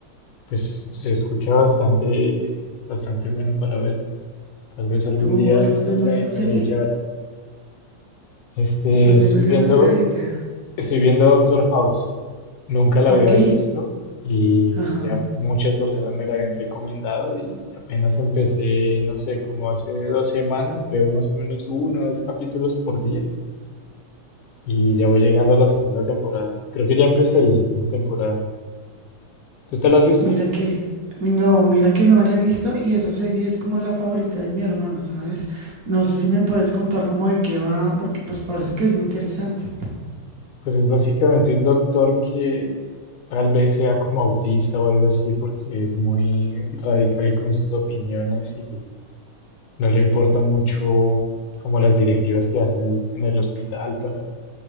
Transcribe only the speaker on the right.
¿Tú
estás
viendo
alguna
serie?
¿Estás
viendo alguna
serie ahorita?
Ok,
ajá.
Mira que, no, mira que no me la he visto y esa serie es como la favorita de mi hermano, ¿sabes? No sé si me puedes contar como de qué va, porque pues parece que es muy interesante.